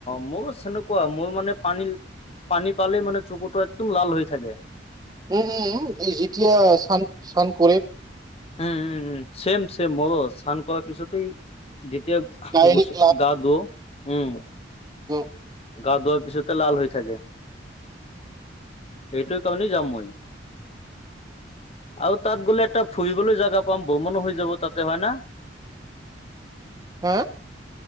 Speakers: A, on the left; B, on the right.
A: মোৰ সেনেকুৱা মোৰ মানে পানী। পানী পালেই মানে চকুতটো একদম লাল হৈ থাকে।
B: উম, উম এই যেতিয়া চান-চান পৰে।
A: উম উম উম চেম চেম মোৰো স্নান কৰাৰ পিছতেই যেতিয়া
B: ডাইৰেক্ট
A: গচু গা ধোও উম।
B: উম।
A: গা ধোৱাৰ পিছতে লাল হৈ থাকে। সেইটো কাৰণে যাম মই আৰু তাত গ'লে এটা ফুৰিবলৈ জাগা পাম ভ্ৰমণো হৈ যাব তাতে হয় না?
B: হো?